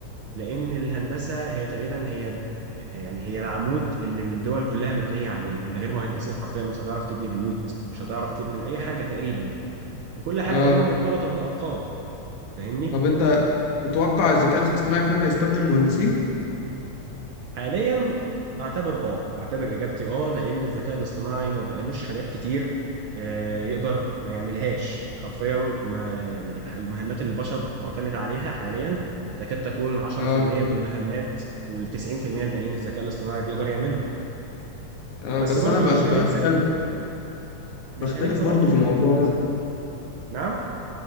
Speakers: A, on the right; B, on the left.
A: لان الهندسه هي تقريبا هي يعني هي العمود اللي الدول كلها مبنيه عليه من غير مهندسين حرفيا مش هتعرف تبني بيوت مش هتعرف تبني اي حاجه تقريبا وكل حاجه
B: اه
A: تقريبا مرتبطه بالارقام فاهمني
B: طب انت تتوقع الذكاء الاصطناعي في يوم هيستبدل المهندسين
A: حاليا اعتبر اه اعتبر اجابتي اه لان الذكاء الاصطناعي ما بقالوش حاجات كتير آه، يقدر ما يعملهاش حرفيا ما يعني المهمات اللي البشر معتمد عليها حاليا تكاد تكون 10%
B: اه
A: من المهمات وال 90% الباقيين الذكاء الاصطناعي بيقدر يعملهم
B: اه
A: بس
B: بس
A: برضو
B: انا ب-
A: مش هننسى
B: بختلف
A: مش
B: بختلف
A: هننسى
B: برضو
A: برضو
B: في الموضوع
A: ان الذ-
B: ده
A: نعم